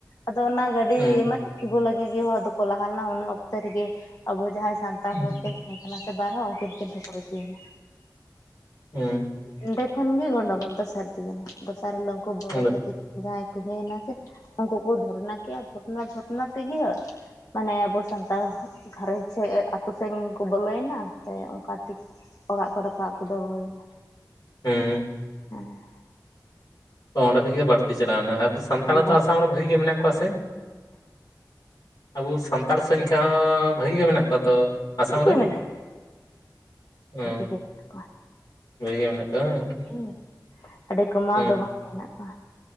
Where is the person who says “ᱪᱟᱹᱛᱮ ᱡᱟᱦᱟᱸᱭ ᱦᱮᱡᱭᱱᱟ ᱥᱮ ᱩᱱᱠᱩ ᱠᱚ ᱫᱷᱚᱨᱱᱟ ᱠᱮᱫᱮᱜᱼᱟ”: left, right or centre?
Left